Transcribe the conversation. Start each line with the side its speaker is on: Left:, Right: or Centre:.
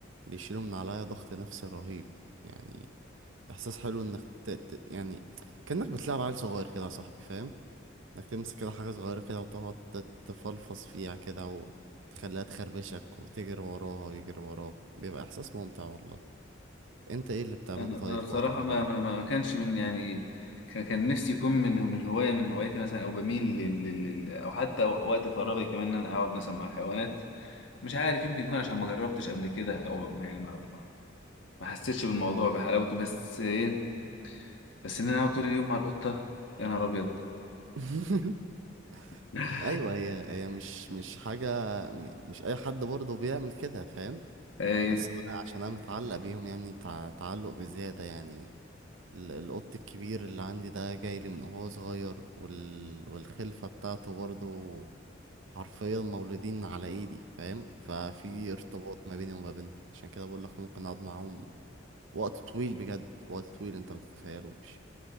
Right: بيشيلوا من عليا ضغط نفسي رهيب يعني احساس حلو انك ت... ت... يعني كانك بتلعب عيل صغير كده يا صاحبي فاهم انك تمسك كده حاجه صغيره كده وتقعد ت- تفلفص فيها كده وتخليها تخربشك وتجري وراها ويجري وراك بيبقى احساس ممتع والله انت ايه اللي بتعمله
Left: انا
Right: طيب
Left: انا بصراحه
Right: في وقت فراغ
Left: ما ما ما كانش من يعني كان كان نفسي يكون من من هوايه من هواياتي مثلا او بميل لل لل- لل- او حتى وقت فراغي كمان ان انا اقعد مثلا مع الحيوانات مش عارف يمكن يكون عشان ما جربتش قبل كده او ما- يعني ما ما ما حسيتش بالموضوع بحلاوته بس ايه بس ان انا اقعد طول اليوم مع القطه يا نهار ابيض
Right: <laughs>
Left: <laughs>
Right: ايوه هي هي مش مش حاجه م- مش اي حد برضه بيعمل كده فاهم
Left: ايه
Right: بس انا عشان انا متعلق بيهم يعني تع- تعلق بزياده يعني ال- القط الكبير اللي عندي ده جاي لي من وهو صغير وال... والخلفه بتاعته برضه حرفيا مولودين على ايدي فاهم ففي ارتباط ما بيني وما بينهم عشان كده بقول لك ممكن اقعد معاهم وقت طويل بجد وقت طويل انت ما تتخيلوش